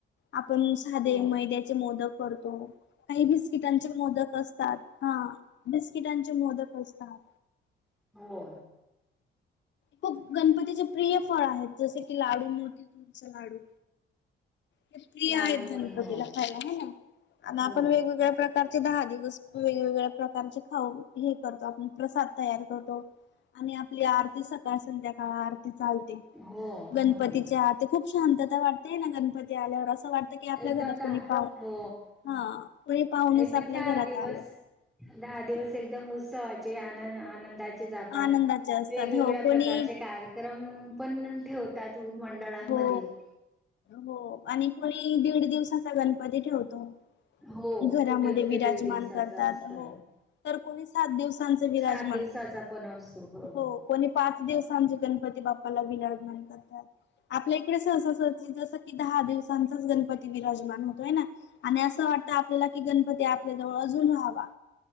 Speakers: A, on the left; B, in the centre.
A: आपण साधे
B: हो
A: मैद्याचे मोदक करतो काही बिस्किटांचे मोदक असतात हा बिस्किटांचे मोदक असतात
B: हो
A: प गणपतीचे प्रिय फळ आहेत जसे की लाडू मोतीचुरचा लाडू ते प्रिय
B: लाडू
A: आहेत गणपतीला
B: पण हो
A: खायला हं आणि आपण
B: हो
A: वेगवेगळ्या प्रकारचे दहा दि दिवस वेगवेगळ्या प्रकारचे खाऊ हे करतो आपण प्रसाद तयार करतो आणि आपली आरती सकाळ संध्याकाळ आरती चालते
B: हो
A: गणपतीचे
B: हो
A: ते खूप शांतता वाटतेय ना गणपती आल्यावर अस अस वाटत की आपल्या
B: एकदम
A: घरात
B: दहा
A: कोणी पाहु
B: हो
A: हा कोणी पाहूणेच
B: एकदम
A: आपल्या
B: दहा
A: घरात
B: दिवस
A: आलं
B: दहा दिवस एकदम उत्सवाचे आनंद आनंदा चे जातात
A: आनंदाचे असतात
B: वेगवेगळ्या
A: हो कोणी
B: प्रकारचे कार्यक्रम पण ठेवतात मंडळांमध्ये
A: हो हो आणि कोणी दीड दिवसाचा गणपती ठेवतो
B: हो
A: घरामध्ये
B: कुठे कुठे
A: विराजमान
B: दीड दिवसाचा
A: करतात
B: असतो
A: हो तर कोणी सात दिवसांच विराजमान
B: सात दिवसाचा पण असतो बरोबर
A: हो कोणी पाच दिवसांचे गणपती बाप्पाला विरा जमान करतात आपल्या इकडे जस की दहा दिवसांचाच गणपती विराजमान होतोय ना आणि असं वाटतं आपल्याला कि गणपती आपल्या जवळ अजून राहावा